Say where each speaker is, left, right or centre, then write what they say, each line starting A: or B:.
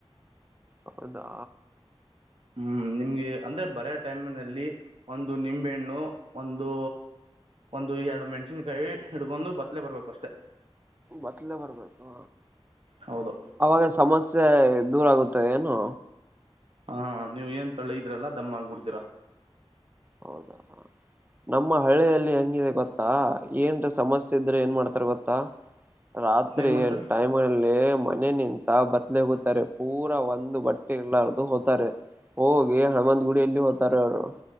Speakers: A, on the right; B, on the right.
A: ಹೌದಾ
B: ಹ್ಮ್ ನಿಮ್ಗೆ ಅಂದ್ರೆ ಬರ ಟೈಮ್ ನಲ್ಲಿ ಒಂದು ನಿಂಬೆಹಣ್ಣು ಒಂದು ಒಂದು ಎರಡು ಮೆಣಸಿನ್ಕಾಯಿ ಹಿಡ್ಕೊಂಡು ಬತ್ಲೆ ಬರ್ಬೇಕು ಅಷ್ಟೆ
A: ಬದಲ ಬರ್ಬೇಕು
B: ಹೌದು
A: ಅವಾಗ ಸಮಸ್ಯೆ ದೂರ ಆಗುತ್ತೆ ಏನು
B: ಹಾ ನೀವ್ ಏನ್ ತಳ್ಳಿ ಇದ್ರಲ್ಲ ದಮ್ಮ ಆಗ್ಬಿಡ್ತೀರಾ
A: ಹೌದಾ ನಮ್ಮ ಹಳ್ಳಿಯಲ್ಲಿ ಹಂಗಿದೆ ಗೊತ್ತಾ ಏನ್ ಸಮಸ್ಯೆ ಇದ್ರೆ ಏನ್ ಮಾಡ್ತಾರ ಗೊತ್ತಾ ರಾತ್ರಿ
B: ಏನು ಮಾಡ್ತಾರೆ
A: ಟೈಮ್ ಅಲ್ಲಿ ಮ ಮನೆ ನಿಂತ ಬತ್ಲೆ ಹತಾರೆ ಪೂರ ಒಂದು ಬಟ್ಟೆ ಇಲ್ಲಾರದುು ಹೋತಾರೆ ಹೋಗಿ ಹಣಮಂದ್ ಗುಡಿಯಲ್ಲಿ ಹೋ್ತಾರೆ ಅವರು